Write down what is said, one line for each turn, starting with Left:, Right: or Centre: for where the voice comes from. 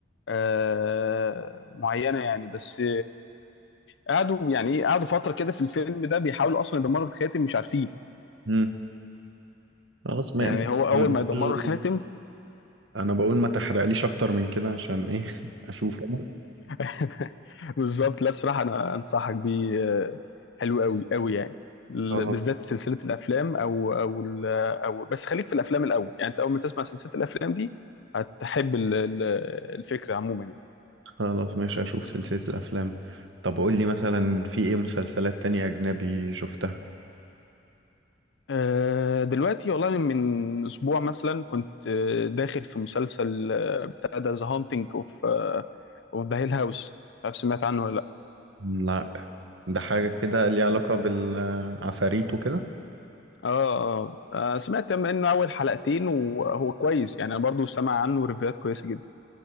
Left: آه معينه يعني بس قعدوا يعني ايه قعدوا فتره كده في الفيلم ده بيحاولوا اصلا يدمروا الخاتم مش عارفين
Right: امم خلاص ما
Left: يعني
Right: بص
Left: هو اول
Right: انا بقول
Left: ما يدمروا الخاتم
Right: انا بقول ما تحرقليش اكتر من كده عشان ايه <laughs> اشوف أنا.
Left: <laughs> بالظبط لا الصراحه انا انصحك بيه آه، حلو قوي قوي يعني ال-
Right: خلاص
Left: بالذات سلسله الافلام او او ال- او بس خليك في الافلام الاول يعني انت اول ما تسمع سلسله الافلام دي هتحب ال- ال- الفكره عموما يعني
Right: خلاص ماشي اشوف سلسلة الافلام طب قول لي مثلا في ايه مسلسلات تانية اجنبي شفتها
Left: آه، دلوقتي والله أنا من اسبوع مثلا كنت آه، داخل في مسلسل آه، بتاع ده ذا هانتنج اوف اوف ذا هيل هاوس مش عارف سمعت عنه ولا
Right: لا ده حاجة كده ليها علاقة بالعفاريت وكده
Left: اه اه سمعت منه اول حلقتين وهو كويس يعني انا برضو سمع عنه ريفيوهات كويسه جدا